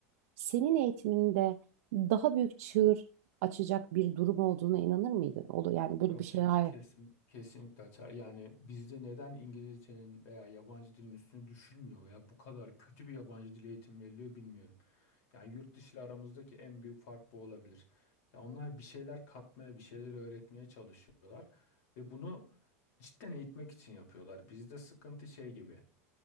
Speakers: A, on the right; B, on the left.
A: senin eğitiminde daha büyük çığır açacak bir durum olduğuna inanır mıydın? O da yani böyle
B: Yok
A: bir şey
B: ki
A: hayır,
B: ki- kesin. Kesinlikle açar. Yani bizde neden İngilizcenin veya yabancı dilin üstüne düşülmüyor veya bu kadar kötü bir yabancı dil eğitimi veriliyor bilmiyorum. Yani yurt dışı ile aramızdaki en büyük fark bu olabilir. Ya onlar bir şeyler katmaya, bir şeyler öğretmeye çalışıyorlar ve bunu cidden eğitmek için yapıyorlar. Bizde sıkıntı şey gibi.